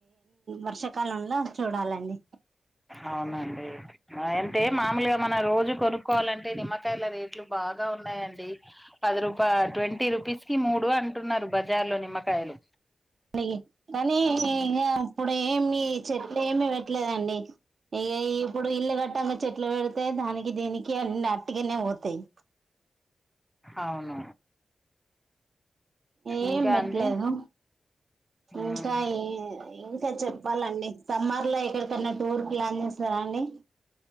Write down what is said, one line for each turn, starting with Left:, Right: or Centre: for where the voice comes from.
Right: వర్షాకాలంల చూడాలండి
Centre: అవునండి ఆ యంటే మాములుగ మనం రోజు కొనుక్కోవాలంటే నిమ్మకాయల రేట్లు ట్లు బాగా ఉన్నాయండి పది రూపా ట్వంటీ రూపీస్ కి మూడు అంటున్నారు బజార్ లో నిమ్మకాయలు
Right: అయ్యి కనీ ఇగా అప్పుడేమి చెట్లేమి పెట్టలేదండి. ఇగ ఇప్పుడు ఇల్లు కట్టంగా చెట్లు పెడితే దానికి దీనికి అన్ని అట్టిగనే పోతయి.
Centre: అవును
Right: ఏం
Centre: ఇంకా
Right: బెట్లేదు
Centre: అండి మ్మ్.
Right: ఇంకా ఏ ఇంక చెప్పాలండి? సమ్మర్లో ఎక్కడకన్ క్కన్న టూర్ ప్లాన్ చేస్తరా అండి?